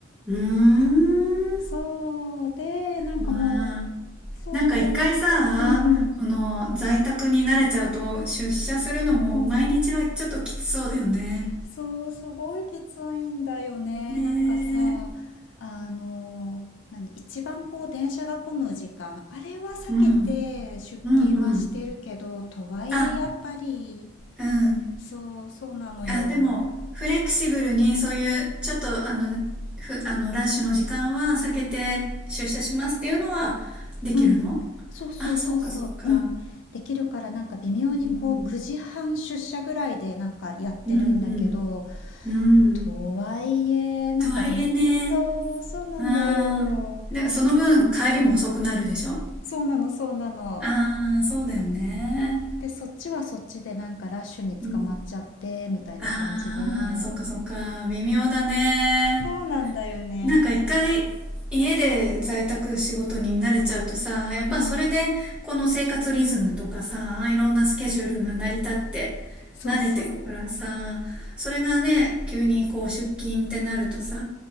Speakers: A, in the centre; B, on the left.
A: うーん。
B: そう、で、なんかもう、
A: まあ、
B: そう、
A: なんか一回さ、
B: で、うんうん。
A: この在宅に慣れちゃうと出社するのも毎日はちょっときつそうだよね。
B: そう、すごいきついんだよね。
A: ねえ、
B: なんかさ、あの、何、一番こう電車が混む時間、あれは避けて出勤はしてるけど、
A: うん、うん、うん。
B: とはいえやっぱり、
A: あ、うん。
B: そう、そうなのよ。
A: あ、でも、フレキシブルにそういう、ちょっと、あの、ふ、あの、ラッシュの時間は避けて出社しますっていうのはできるの
B: うん。そうそうそうそう。
A: あ、そうか、そうか。
B: うん。できるから、なんか微妙にこう9時半出社ぐらいでなんかやってるんだけど、
A: うん。うん、うん、うん。
B: とはいえ、なんかで、
A: とはいえね、
B: そう、そうなんだよ。
A: うん。でも、その分、帰りも遅くなるでしょ
B: そうなの、そうなの。
A: ああー、そうだよね。
B: で、そっちはそっちでなんかラッシュに捕まっちゃって、
A: うん。
B: みたいな感じで。
A: ああ、そうか、そうか。微妙だね。
B: そうなんだよね。
A: なんか一回家で在宅仕事に慣れちゃうとさ、やっぱそれでこの生活リズムとかさ、
B: うん。
A: いろんなスケジュールが成り立って
B: そうそう。
A: 慣れてくからさ、それがね、急にこう出勤ってなるとさ、